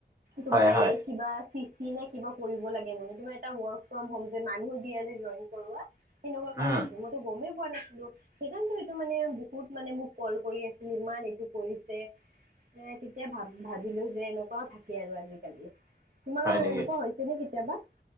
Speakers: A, on the right (about 50°); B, on the right (about 15°).
A: তোমাৰ
B: হয়, হয়,
A: এই কিবা চি চি নে কিবা কৰিব লাগে মানে। কিবা এটা ৱৰ্ক ফৰ্ম হ'ম যে, মানুহ দিয়ে যে জইন কৰোৱা হেনেকুৱা কাম
B: উম,
A: আছিল ম টো গমেই পোৱা নাছিলোঁ। সেইকাৰণেটো এইটো মানে বহুত মানে মোক কল কৰি আছিল, ইমান এইটো কৰিছে। এ, তেতিয়া ভা-ভাবিলোঁ যে এনেকুৱাও থাকে আৰু আজিকালি। তোমাৰো
B: হয় নেকি?
A: এনেকুৱা হৈছেনে কেতিয়াবা?